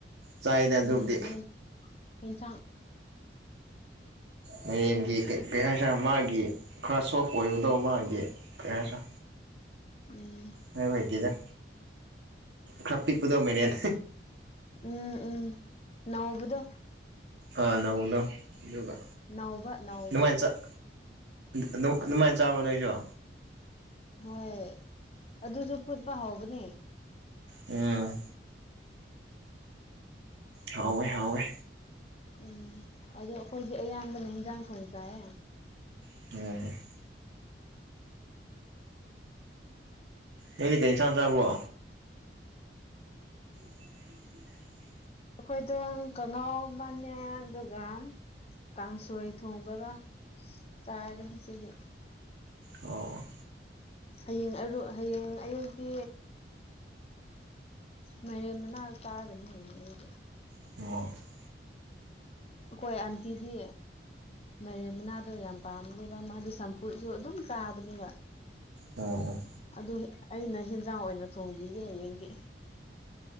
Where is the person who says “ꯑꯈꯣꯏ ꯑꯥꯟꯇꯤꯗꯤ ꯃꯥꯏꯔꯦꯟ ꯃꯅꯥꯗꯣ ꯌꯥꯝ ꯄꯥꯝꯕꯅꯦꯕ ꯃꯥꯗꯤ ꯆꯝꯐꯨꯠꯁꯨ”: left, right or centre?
Left